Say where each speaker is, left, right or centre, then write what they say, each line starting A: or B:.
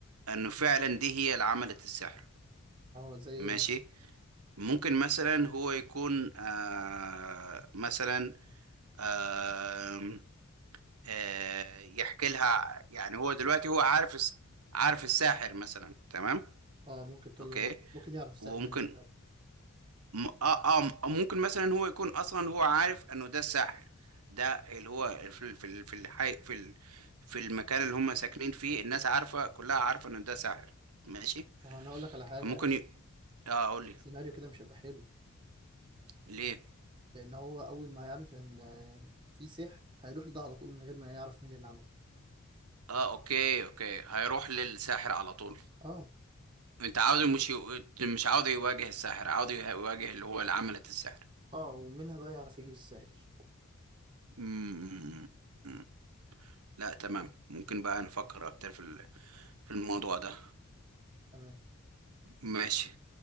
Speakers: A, on the right (about 80°); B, on the right (about 20°).
A: انه فعلا دي هي اللي عملت السحر
B: اه زي
A: ماشي
B: ايه مثلا
A: ممكن مثلا هو يكون آه مثلا آه آه يحكي لها يعني هو دلوقتي هو عارف الس- عارف الساحر مثلا تمام
B: اه ممكن تقول
A: اوكي
B: له ممكن يعرف السحر
A: وممكن
B: منها فعلا
A: م- اه اه م- ممكن مثلا هو يكون اصلا هو عارف انه ده الساحر ده اللي هو في ال- في ال- في الحي في ال- في المكان اللي هم ساكنين فيه الناس عارفة كلها عارفة انه ده ساحر ماشي
B: ما هو انا هقول لك على حاجه
A: فممكن ي... اه قول لي
B: السيناريو كده مش هيبقى حلو
A: ليه
B: لان هو اول ما يعرف ان آه، في سحر هيروح لده على طول من غير ما يعرف مين اللي عمله
A: اه اوكي اوكي هيروح للساحر على طول
B: اه
A: انت عاوز مش يو... مش عاوز يواجه الساحر عاوز يه- يواجه اللي هو اللي عملت السحر
B: اه ومنها بقى يعرف يجيب الساحر
A: مم. مم. لا تمام ممكن بقى نفكر اكتر في ال... في الموضوع ده
B: تمام
A: ماشي